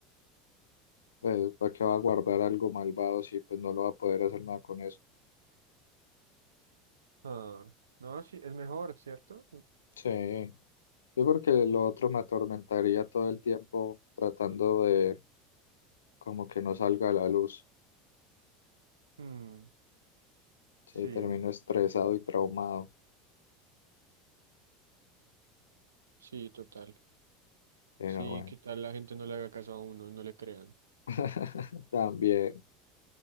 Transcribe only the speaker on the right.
Ah, no, sí, es mejor, ¿cierto?
Mm,
sí,
sí, total.
Sí,
¿qué tal la gente no le haga caso a uno, no le crean?